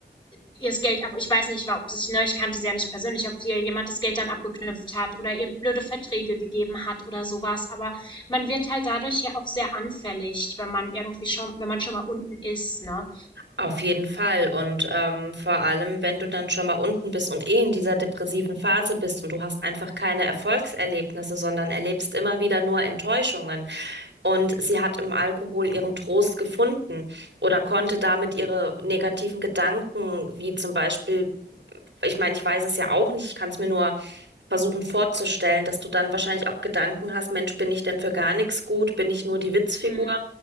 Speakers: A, on the left; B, on the right.
A: ihr das Geld ab, ich weiß nicht, ob es, ne, ich kannte sie ja nicht persönlich, ob ihr jemand das Geld dann abgeknüpft hat oder ihr blöde Verträge gegeben hat oder sowas, aber man wird halt dadurch ja auch sehr anfällig, wenn man irgendwie schon, wenn man schon mal unten ist, ne?
B: auf jeden Fall. Und ähm, vor allem, wenn du dann schon mal unten bist und eh in dieser depressiven Phase bist und du hast einfach keine Erfolgserlebnisse, sondern erlebst immer wieder nur Enttäuschungen Und sie hat im Alkohol ihren Trost gefunden oder konnte damit ihre negativen Gedanken, wie zum Beispiel, ich meine, ich weiß es ja auch nicht, ich kann es mir nur versuchen vorzustellen, dass du dann wahrscheinlich auch Gedanken hast, Mensch, bin ich denn für gar nichts gut? Bin ich nur die Witzfigur?
A: Hm,